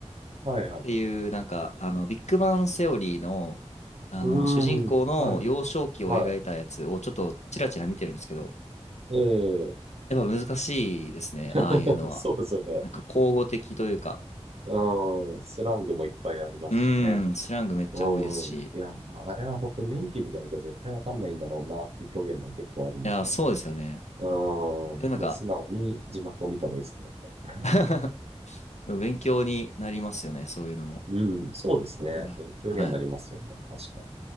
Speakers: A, on the right; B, on the left.
A: はいはい。
B: ていう、なんか、あの、ビッグバン・セオリーの、あの、
A: うーん、
B: 主人公の幼少期を描いたやつをちょっとチラチラ見てるんですけど、
A: はい。はい。ええ
B: やっぱ難しいですね、
A: <laughs>
B: ああいうのは。
A: そうですよね。
B: なんか、口語的というか、
A: うん、スラングもいっぱいありますしね。
B: うーん、スラングめっちゃ多いですし。
A: うん、
B: い
A: いや、あれは本当ネイティブじゃなきゃ絶対わかんないんだろうなっていう表現が結構あるんで。
B: や、そうですよね。
A: うん、もう素直に字幕を見た方がいいですね。
B: でもなんか
A: <laughs>
B: <laughs> でも勉強になりますよね、そういうのも。
A: うん、そうですね。
B: うんはい。
A: 勉強にはなりますよね。確かに。